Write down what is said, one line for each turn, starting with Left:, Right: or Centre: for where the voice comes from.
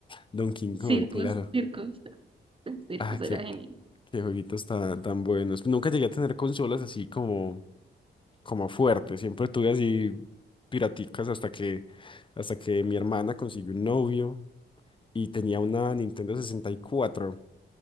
Left: Donkey Kong,
Right: Circus,
Left: claro.
Right: Circus, <laughs> Circus
Left: Ah, qué,
Right: era genial.
Left: qué jueguitos tan, tan buenos. Nunca llegué a tener consolas así como. como fuerte. Siempre tuve así piraticas hasta que, hasta que mi hermana consiguió un novio y tenía una Nintendo 64 y cuatro